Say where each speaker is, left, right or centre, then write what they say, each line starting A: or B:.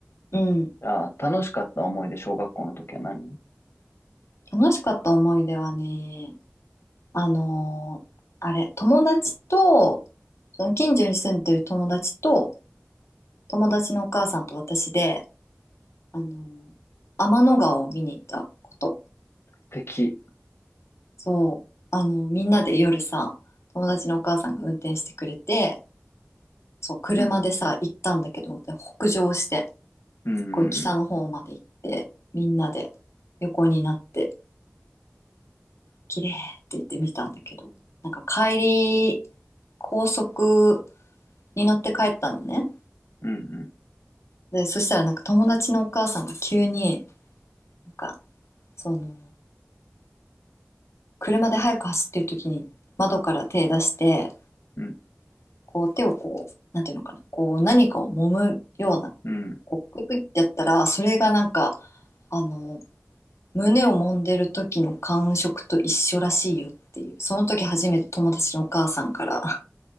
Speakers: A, on the left (about 80°); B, on the left (about 60°).
A: うん。
B: あー、楽しかった思い出、小学校の時は何
A: 楽しかった思い出はね、あのーあれ、友達と、その近所に住んでる友達と、友達のお母さんと私で、あのー天の川を見に行ったこと。
B: 素敵。
A: そう、あのーみんなで夜さ、友達のお母さんが運転してくれて、そう、車でさ、
B: うん。
A: 行ったんだけど、で北上して、
B: うんうんうん。
A: すっごい北の方まで行って、みんなで横になって、綺麗って言ってみたんだけど、なんか帰り、高速に乗って帰ったのね。
B: うん
A: で、そしたらなんか友達のお母さんが急に、なんか、その、車で早く走ってる時に窓から手出して、
B: うん。
A: こう手をこう、なんていうのかな、こう何かを揉むような、
B: うん。うん。
A: こうクイクイってやったら、それがなんか、あの、胸を揉んでる時の感触と一緒らしいよっていう、その時初めて友達のお母さんから